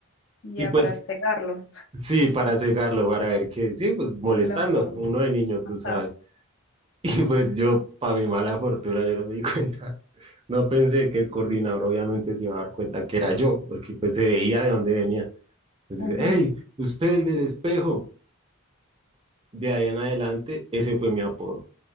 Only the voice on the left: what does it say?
ya
para cegarlo,
de alguna forma.
Ajá.
ujú.